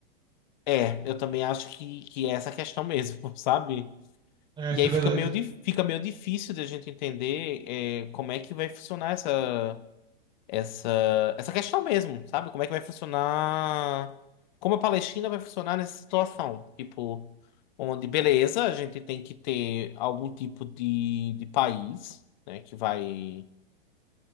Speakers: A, on the left; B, on the right.
A: É, eu também acho que, que é essa questão mesmo, <laughs> sabe?
B: É,
A: E
B: isso
A: aí
B: é verdade.
A: fica meio, di- fica meio difícil de a gente entender é, como é que vai funcionar essa. essa, essa questão mesmo, sabe? Como é que vai funcionar? Como a Palestina vai funcionar nessa situação? Tipo, onde, beleza, a gente tem que ter algum tipo de, de país, né, que vai,